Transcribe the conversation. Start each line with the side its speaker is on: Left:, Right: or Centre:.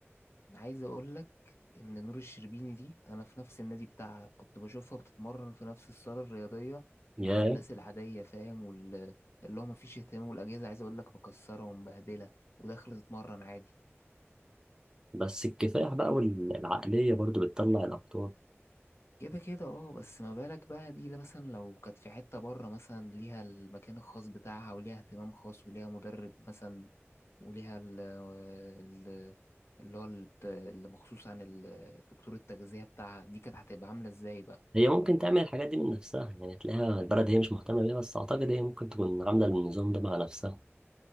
Left: عايز أقولك إن نور الشربيني دي أنا في نفس النادي بتاعها كنت بشوفها بتتمرن في نفس الصالة الرياضية
Right: يا
Left: مع الناس العادية فاهم واللي هو مفيش اهتمام والأجهزة عايز أقولك مكسرة ومبهدلة وداخلة تتمرن عادي
Right: بس الكفاح بقى والعقلية برضو بتطلع الأبطال
Left: كده كده اه بس ما بالك بقى دي لا مثلا لو كانت في حتة بره مثلا ليها المكان الخاص بتاعها وليها اهتمام خاص وليها مدرب مثلا وليها ال ال- اللي هو ال- اللي مخصوص عن ال- دكتور التغذية بتاعها دي كانت هتبقى عاملة ازاي بقى
Right: هي ممكن تعمل الحاجات دي من نفسها يعني تلاقيها البلد هي مش مهتمة بيها بس أعتقد هي ممكن تكون عاملة النظام ده مع نفسها